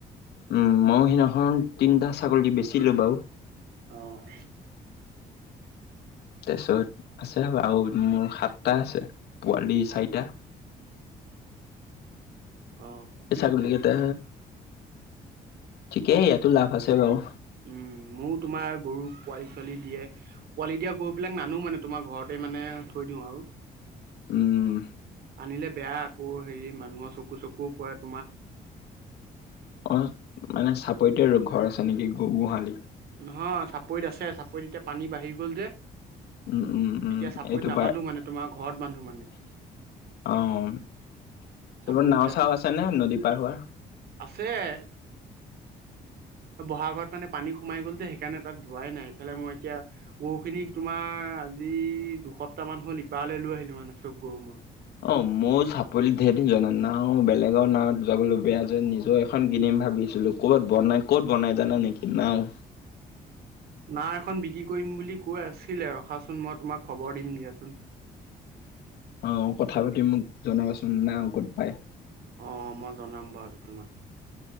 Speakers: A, on the left; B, on the right.
A: উম মইো সিদিনাখন তিনিটা ছাগলী বেচিলো বাৰু।
B: অ'
A: তাৰপিছত আছে আৰু মোৰ সাতটা আছে পোৱালি
B: অ'
A: চাৰিটা।
B: অ',
A: ছাগলী কেইটা ঠিকেই ইয়াতো লাভ আছে বাৰু।
B: উম'। মোৰো তোমাৰ গৰু পোৱালি-ছোৱালী দিয়ে, পোৱালি দিয়া গৰুবিলাক নানো মানে তোমাৰ ঘৰতে মানে থৈ আৰু?
A: উম'।
B: আনিলে বেয়া আকৌ হেৰি মানুহৰ চকু-চকুৰ ওপৰত
A: অ', মানে চাপৰিতে আৰু ঘৰ আছে নেকি গ গোহালি?
B: নহয়, চাপৰিত আছে চাপৰিত এতিয়া পানী বাঢ়ি গ'ল যে। এতিয়া
A: উম উম উম
B: চাপৰিত
A: এইটো
B: নাবান্ধো
A: পাই
B: মানে তোমাৰ ঘৰত বান্ধো মানে।
A: অ'। তপ
B: চাপৰিত
A: নাও
B: এতিয়া
A: চাও আছে নে নদী পাৰ হোৱাৰ?
B: আছে বহা ঘৰত মানে পানী সোমাই গ'ল যে সেইকাৰণে তাত যোৱাই নাই হেফলে মই এতিয়া গৰুখিনি তোমাৰ আজি দুসপ্তাহ তান হ'ল ই পাৰলৈ লৈ আহিলো মানে। চব গৰু মই
A: অ', মোৰ চাপল ধঢে জনা নাও বেলেগৰ নাৱত যাবলৈো বেয়া যে নিজৰ এখন কিনিম ভাবিছিলো ক'ৰবাত বনাই, ক'ত বনাই? নাই জানা নেকি নাও?
B: নাও এখন বিক্ৰী কৰিম বুলি কৈ আছিলে ৰখাচোন মই তোমাক খবৰ দিম দিয়াচোন।
A: অ', কথা পাতি মোক জনাবাচোন না ক'ত পাই?
B: অ', মই জনাম বাৰু তোমাক।